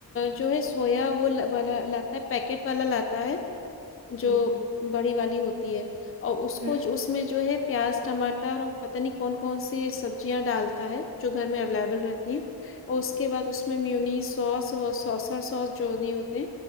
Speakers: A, on the left (about 35°); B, on the right (about 40°).
A: جو ہے سویا وہ والا لاتا ہے پیکٹ والا لاتا ہے جو
B: جی ہوں
A: بڑی والی ہوتی ہے اور اس
B: ہوں
A: کو اس میں جو ہے پیاز ٹماٹر اور پتہ نہیں کون کون سی سبزیاں ڈالتا ہے جو گھر میں اویلیبل رہتی ہیں اور
B: ہوں،
A: اس کے بعد اس میں میونی سوس اور سوسا سوس جو نہیں ہوتے